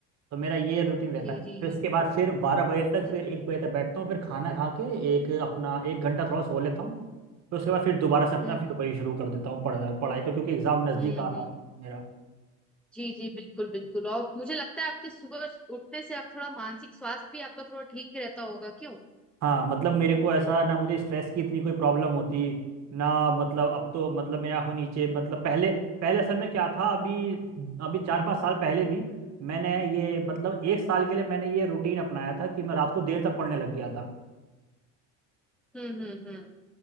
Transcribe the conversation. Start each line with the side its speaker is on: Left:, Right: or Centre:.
Right: तो मेरा ये रूटीन रहता
Centre: जी
Right: है
Centre: जी
Right: फिर उसके बाद फिर बारह बजे तक
Centre: जी
Right: फिर एक बजे तक बैठता हूँ फिर खाना खा के एक अपना एक घंटा थोड़ा सो लेता हूँ फिर उसके बाद फिर दोबारा से अपना
Centre: हम्म
Right: फिर वही शुरू कर देता हूँ पढ़ाई पढ़ाई को क्योंकि एग्ज़ाम नज़दीक
Centre: हम्म
Right: आ रहा
Centre: हम्म,
Right: है मेरा
Centre: जी जी बिल्कुल बिल्कुल और मुझे लगता है आपके सुबह उठने से आप थोड़ा मानसिक स्वास्थ्य भी आपका थोड़ा ठीक रहता होगा क्यों
Right: हाँ मतलब मेरे को ऐसा ना मुझे स्ट्रेस की इतनी कोई प्रॉब्लम होती ना मतलब अब तो मतलब मैं आँखों नीचे मतलब पहले पहले असल में क्या था अभी अभी चार पाँच साल पहले भी मैंने ये मतलब एक साल के लिए मैंने ये रूटीन अपनाया था कि मैं रात को देर तक पढ़ने लग गया था
Centre: हम्म हम्म हम्म